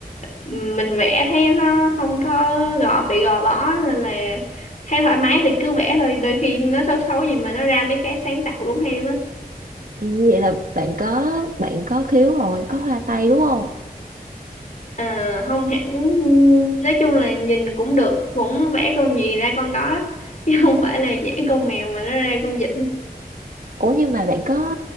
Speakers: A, on the left; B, on the right.
A: mình vẽ thấy nó không có gò bị gò bó nên là thấy thoải mái thì cứ vẽ thôi đôi khi nó xấu xấu gì mà nó ra mấy cái sáng tạo cũng hay lắm á.
B: Ừ, vậy là bạn có bạn có khiếu rồi có hoa tay đúng không
A: Ờ, không hẳn nói chung là nhìn cũng được cũng vẽ con gì ra con đó chứ không phải là vẽ con mèo mà nó ra con vịt
B: Ủa nhưng mà bạn có